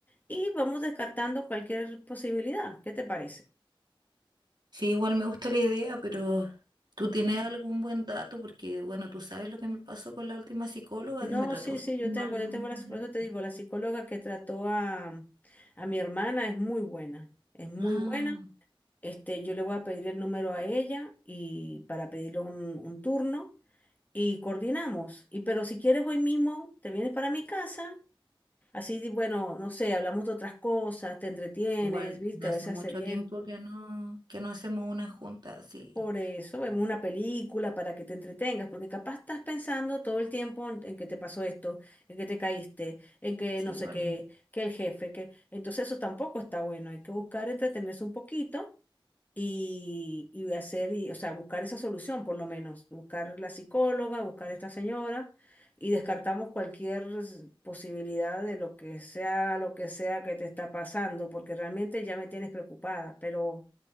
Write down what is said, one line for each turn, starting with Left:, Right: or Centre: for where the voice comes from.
Left: Y vamos descartando cualquier posibilidad. ¿Qué te parece?
Right: Sí, igual me gusta la idea, pero tú tienes algún buen dato, porque bueno, tú sabes lo que me pasó con la última psicóloga
Left: No,
Right: que me trató
Left: sí,
Right: súper
Left: sí, yo
Right: mal
Left: tengo,
Right: en
Left: yo tengo
Right: un
Left: la,
Right: momento.
Left: por eso te digo, la psicóloga que trató a, a mi hermana es muy buena, es muy
Right: Ah,
Left: buena. Este, yo le voy a pedir el número a ella y para pedirle un, un turno y coordinamos. Y pero si quieres hoy mismo, te vienes para mi casa, así, bueno, no sé, hablamos de otras cosas, te entretienes,
Right: igual
Left: viste,
Right: de
Left: a
Right: hace
Left: veces
Right: mucho
Left: hace bien.
Right: tiempo que no, que no hacemos una junta, sí,
Left: Por eso vemos una película para que te entretengas, porque capaz estás pensando todo el tiempo en, en que te pasó esto, en que te caíste, en que
Right: sí,
Left: no
Right: igual.
Left: sé qué, que el jefe, que... Entonces eso tampoco está bueno, hay que buscar entretenerse un poquito y, y hacer, y, o sea, buscar esa solución por lo menos, buscar la psicóloga, buscar a esta señora y descartamos cualquier s- posibilidad de lo que sea, lo que sea que te está pasando, porque realmente ya me tienes preocupada, pero